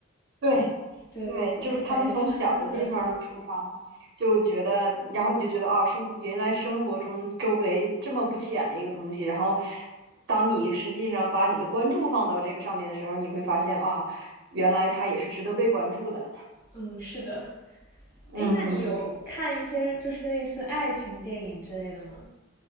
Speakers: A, on the right (about 55°); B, on the left (about 15°).
A: 对，
B: 对对对，
A: 对，就是他们从小的地方出发，
B: 感觉是他们的特色。
A: 就觉得，然后你就觉得哦，生原来生活中周围这么不起眼的一个东西，然后当你实际上把你的关注放到这个上面的时候，你会发现啊，原来它也是值得被关注的。
B: 嗯，是的。
A: 嗯，
B: 哎，那你有看一些就是类似爱情电影之类的吗？